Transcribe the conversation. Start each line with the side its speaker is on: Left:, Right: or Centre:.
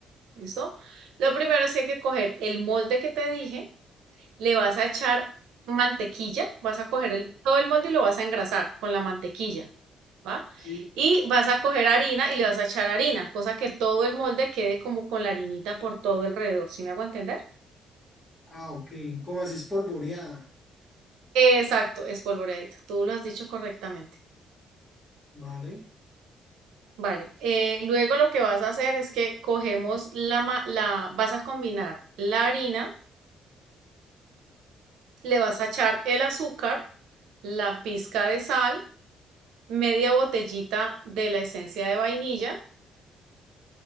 Right: ¿Listo? Lo primero es que hay que coger el molde que te dije, le vas a echar mantequilla, vas a coger el- todo el molde y lo vas a engrasar con la mantequilla, ¿va?
Left: sí.
Right: Y vas a coger harina y le vas a echar harina, cosa que todo el molde quede como con la harinita por todo alrededor, ¿sí me hago entender?
Left: Ah, ok, como así espolvoreada,
Right: Exacto, espolvoreadita, tú lo has dicho correctamente.
Left: ¿vale?
Right: Vale, eh, luego lo que vas a hacer es que cogemos la, la, vas a combinar la harina, le vas a echar el azúcar, la pizca de sal, media botellita de la esencia de vainilla,